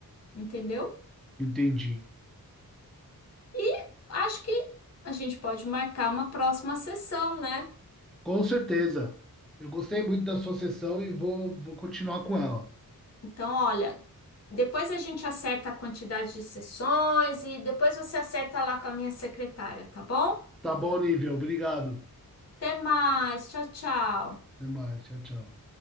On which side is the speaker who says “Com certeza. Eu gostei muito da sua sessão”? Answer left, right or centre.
Centre